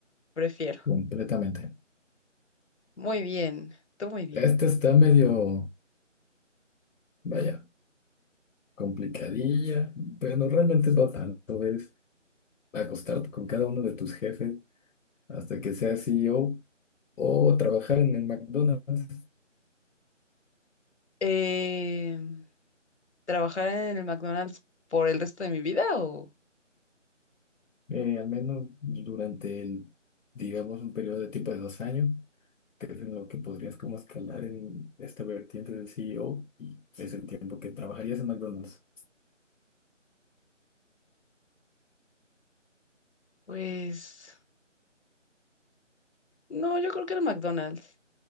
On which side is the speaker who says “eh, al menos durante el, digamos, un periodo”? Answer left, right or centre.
Left